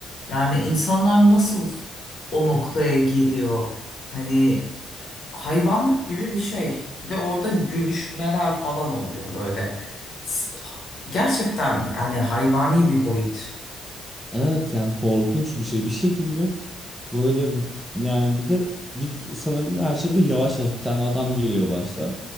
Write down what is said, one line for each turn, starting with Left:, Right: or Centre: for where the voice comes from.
Left: Yani insanlar nasıl o noktaya
Centre: <laughs>
Left: geliyor? Hani hayvanlık gibi bir şey. Ve orada gülüşmeler falan oluyor böyle. S- Gerçekten yani hayvani bir boyut.
Centre: Evet yani korkunç bir şey. Bir şekilde Böyle yani bir de bir, sanırım her şey böyle yavaş yavaş bir tane adam geliyor başta.